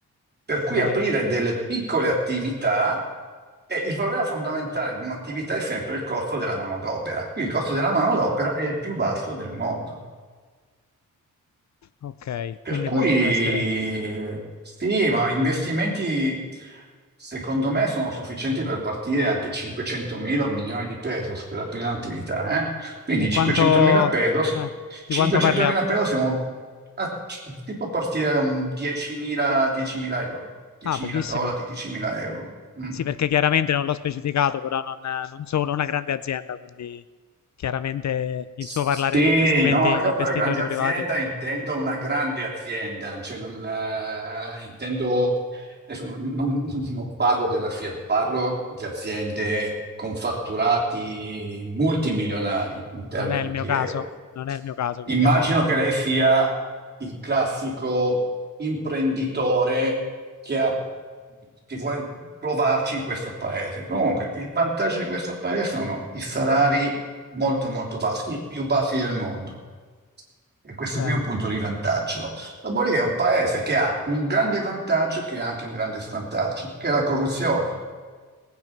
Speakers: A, on the right; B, on the left.
A: Per cui
B: bene,
A: aprire delle piccole attività, e il problema fondamentale in un'attività è sempre il costo della manodopera. Qui il costo della manodopera è il più basso del mondo.
B: ok, quindi
A: Per cui
B: potrebbe essere...
A: sì, ma investimenti secondo me sono sufficienti per partire anche 500.000 o un milione di pesos per la prima attività. eh. Quindi
B: E quanto...
A: 500.000 pesos,
B: eh, di
A: 500.000
B: quanto parliamo?
A: pesos siamo a, si può partire da un 10.000 10.000 euro, 10.000
B: Ah, pochissimo.
A: dollari, 10.000 euro. Mm.
B: Sì, perché chiaramente non l'ho specificato, però non, non sono una grande azienda, quindi chiaramente il
A: Sì,
B: suo parlare di investimenti
A: no, io
B: di investitori
A: per grande azienda
B: privati
A: intendo una grande azienda, cioè non, eh, intendo, adesso non, non- non parlo della Fiat, parlo di aziende con fatturati multimilionari in termini
B: non è il mio
A: di
B: caso,
A: euro.
B: non è il mio caso, quindi
A: Immagino
B: ha colto
A: che lei sia il classico imprenditore che ha- che vuole provarci in questo paese. Comunque, il vantaggio di questo paese sono i salari molto molto baffi, i più baffi del mondo. E questo
B: bene.
A: qui è un punto di vantaggio. Dopodiché è un paese che ha un grande vantaggio che ha anche un grande svantaggio, che è la corruzione.